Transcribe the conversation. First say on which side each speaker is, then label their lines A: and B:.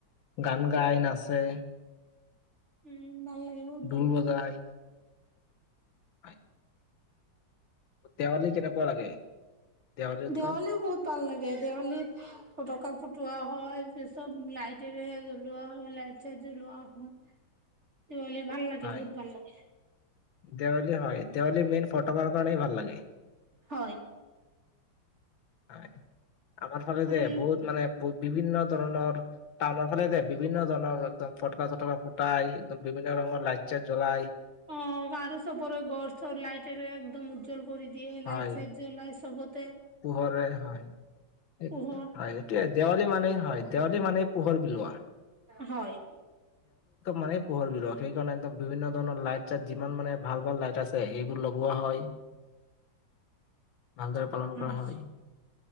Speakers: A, on the left (about 80°); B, on the right (about 35°).
A: গান গাই নাচে।
B: উম। ভাল লাগে বহত
A: ঢোল
B: ভাল লাগে।
A: বজাই হয়। দেৱালী কেনেকুৱা লাগে? দেৱালী উৎসৱ
B: দেৱালীও বহুত ভাল লাগে দেৱালীত ফটকা ফুটোৱা হয় পিছত লাইটৰে জলোৱা হয় লাইট চাইট জলোৱা হয়। দেৱালী ভাল লাগে
A: হয়
B: বহুত ভাল লাগে।
A: দেৱালী হয় দেৱালী মেইন ফটকাৰ কাৰণেই ভাল লাগে।
B: হয়।
A: হয়। আমাৰ ফালে
B: আৰু
A: যে বহুত মানে বিভিন্ন ধৰণৰ টাউনৰ ফালে যে বিভিন্ন ধৰণৰ একদম ফটকা চটকা ফুটাই একদম বিভিন্ন ৰঙৰ লাইট চাইট জলাই
B: অ', আৰু চবৰে ঘৰ চৰ লাইটেৰে একদম উজ্জ্বল কৰি দিয়ে
A: হয়
B: লাইট চাইট জ্বলাই চবত
A: পোহৰে হয় হয়
B: পোহৰ
A: হেইটোয়ে দেৱালী মানে হয় তেওঁযে মানে পোহৰ বিলোৱা
B: হয়
A: মানে পোহৰ বিলোৱা সেইকাৰণে একদম বিভিন্ন ধৰণৰ লাইট চাইট যিমান মানে ভাল ভাল লাইট আছে সেইবোৰ লগোৱা হয়। ভালদৰে পালন
B: উম।
A: কৰা হয়